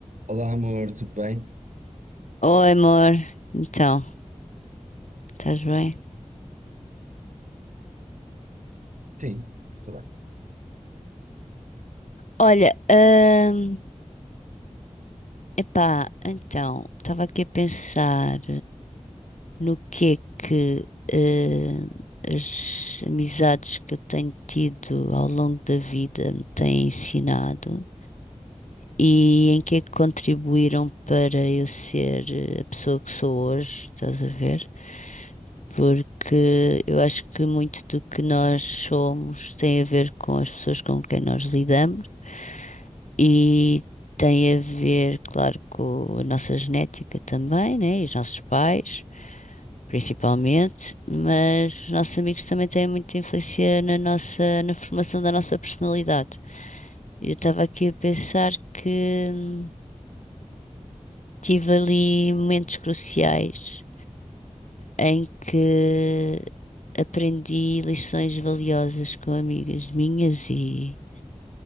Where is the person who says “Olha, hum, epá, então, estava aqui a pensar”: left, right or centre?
Left